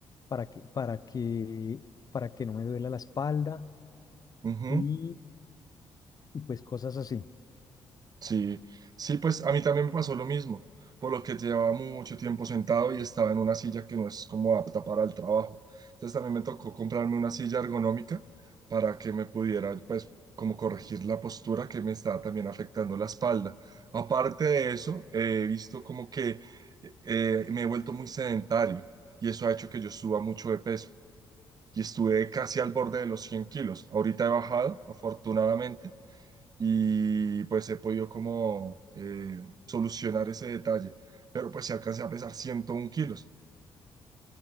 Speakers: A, on the left; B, on the right.
A: para que, para que, para que no me duela la espalda
B: ujú.
A: y, y pues cosas así.
B: Sí, sí, pues a mí también me pasó lo mismo, por lo que llevaba mucho tiempo sentado y estaba en una silla que no es como apta para el trabajo. Entonces también me tocó comprarme una silla ergonómica para que me pudiera, pues, como corregir la postura que me estaba también afectando la espalda. Aparte de eso, eh, he visto como que eh, me he vuelto muy sedentario y eso ha hecho que yo suba mucho de peso y estuve casi al borde de los 100 kilos. Ahorita he bajado, afortunadamente y pues he podido como eh, solucionar ese detalle. Pero pues si alcancé a pesar 101 kilos.